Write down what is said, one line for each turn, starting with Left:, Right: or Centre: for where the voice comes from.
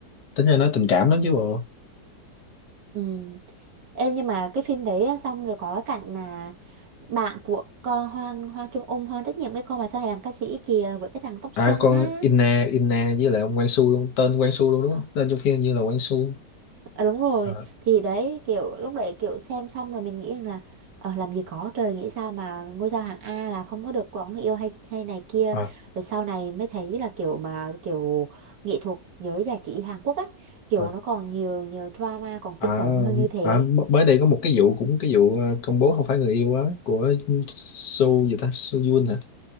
Left: tính ra nó tình cảm lắm chứ bộ
Right: ừ em nhưng mà cái phim đấy á, xong rồi có cái cảnh mà bạn của con Hoang Hoa Trung Ung Hoang rất nhiều cái con mà sau này làm ca sĩ kìa với cái thằng tóc
Left: à
Right: xoăn
Left: con
Right: á
Left: Inna Inna với lại ông Quang Su luôn tên Quang Su luôn đúng
Right: Ờ,
Left: không tên trong phim như là Quang Su
Right: À, đúng rồi
Left: à,
Right: thì đấy kiểu lúc đấy kiểu xem xong rồi mình nghĩ rằng là ờ, làm gì có trời nghĩ sao mà ngôi sao hạng A là không có được có người yêu hay hay này kia
Left: à,
Right: rồi sau này mới thấy là kiểu mà kiểu nghệ thuật giới giải trí Hàn Quốc ấy kiểu
Left: à.
Right: nó còn nhiều nhiều drama còn kinh
Left: À,
Right: khủng hơn như thế
Left: à, mới đây có một cái vụ cũng cái vụ ờ, công bố không phải người yêu á của Su gì ta Su Yun hả